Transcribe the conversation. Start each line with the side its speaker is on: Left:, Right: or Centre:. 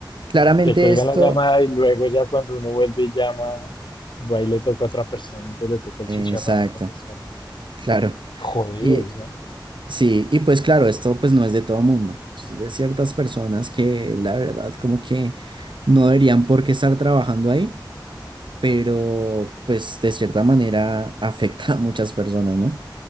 Right: Claramente
Left: Le cuelgan
Right: esto,
Left: la llamada y luego ya cuando uno vuelve y llama, va y le toca a otra persona, entonces le toca el
Right: exacto,
Left: chicharrón a otra persona.
Right: claro.
Left: Jodidos,
Right: Y
Left: ¿no?
Right: sí, y pues claro, esto pues no es de todo mundo. Esto es de ciertas personas que la verdad como que no deberían por qué estar trabajando ahí pero pues de cierta manera <laughs> afecta a muchas personas, ¿no?